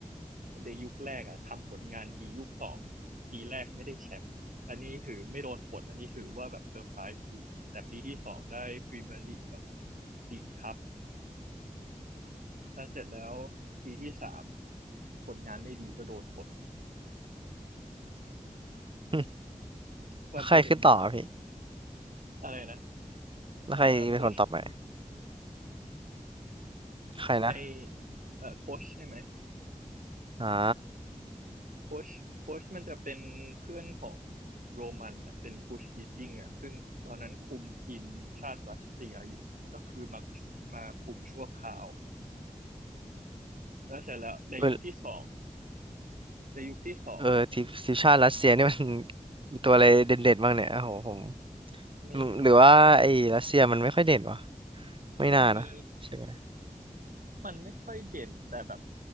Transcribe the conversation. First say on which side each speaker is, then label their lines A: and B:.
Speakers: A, on the right; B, on the right.
A: ในยุคแรกอ่ะทำผลงานดียุคสองปีแรกไม่ได้แชมป์อันนี้ถือไม่โดนปลดอันนี้ถือว่าแบบเซอร์ไพรส์คือแต่ปีที่สองได้พรีเมียร์ลีกกับลีกคัพถ้าเสร็จแล้วปีที่สามผลงานไม่ดีก็โดนปลดเลย
B: <laughs>
A: มันเป็นอย่างนี้
B: ใครขึ้นต่อพี่
A: อะไรนะ
B: แล้วใครเป็นคนต่อไป
A: เอ่อโค้ช
B: ใครนะ
A: ไอเอ่อโค้ชใช่ไหม
B: อ่า
A: โค้ชโค้ชมันจะเป็นเพื่อนของโรมันอะเป็นกูชฮีดดิ้งอ่ะซึ่งตอนนั้นคุมทีมชาติรัสเซียอยู่ก็คือมาชุมาคุมชั่วคราวแล้วเสร็จแล้วในยุคที่สอง
B: เออ
A: ในยุคที่สองนะ
B: เออทีมทีมชาติรัสเซียนี่มัน <laughs> มีตัวอะไรเด่นๆบ้างเนี่ยโอ้โหผม
A: ไม่มี
B: หรือหรือว่าไอ้รัสเซียมันไม่ค่อยเด่นวะไม่น่านะใช่ไหม
A: มันมีมันไม่ค่อยเด่นแต่แบบ